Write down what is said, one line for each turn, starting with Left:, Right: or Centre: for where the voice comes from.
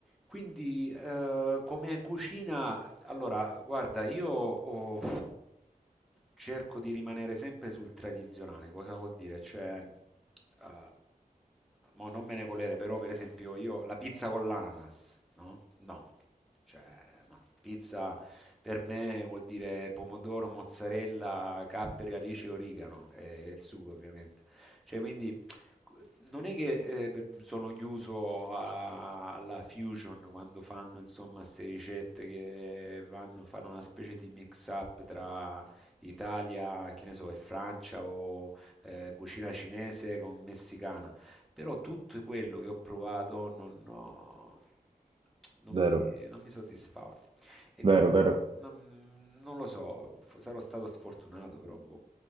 Centre: Quindi, eh, come cucina, allora, guarda, io oh, cerco di rimanere sempre sul tradizionale. Cosa vuol dire? Cioè, eh, mo non me ne volere, però, per esempio, io la pizza con l'ananas, no? No, cioè, no. Pizza per me vuol dire pomodoro, mozzarella, capperi, alice, origano e il sugo, ovviamente. Cioè, quindi. Non è che eh, sono chiuso a- alla fusion quando fanno insomma queste ricette che vanno, fanno una specie di mix up tra Italia, che ne so, e Francia o eh, cucina cinese con messicana, però tutto quello che ho provato non, ho- non mi,
Right: Vero,
Centre: non mi soddisfava e
Right: vero,
Centre: qui non,
Right: vero.
Centre: mi- non- non- non lo so, f- sarò stato sfortunato, però boh,